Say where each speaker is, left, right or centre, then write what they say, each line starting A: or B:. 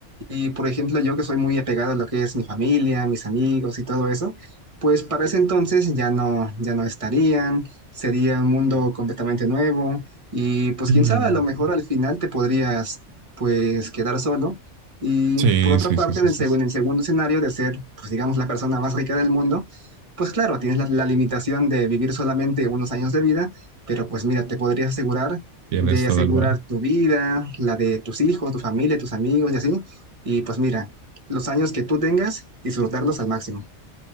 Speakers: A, on the right; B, on the right.
A: Y por ejemplo, yo que soy muy apegado a lo que es mi familia, mis amigos y todo eso, pues para ese entonces ya no, ya no estarían, sería un mundo completamente nuevo y pues
B: Mm,
A: quién sabe, a lo mejor al final te podrías pues quedar solo. Y
B: Sí,
A: por otra
B: sí,
A: parte,
B: sí, sí,
A: en el,
B: sí.
A: seg-
B: sí.
A: en el segundo escenario de ser, pues digamos, la persona más rica del mundo, pues claro, tienes la, la limitación de vivir solamente unos años de vida, pero pues mira, te podrías asegurar
B: Tienes
A: de
B: todo
A: asegurar
B: el valor.
A: tu vida, la de tus hijos, tu familia, tus amigos y así. Y pues mira, los años que tú tengas, disfrutarlos al máximo.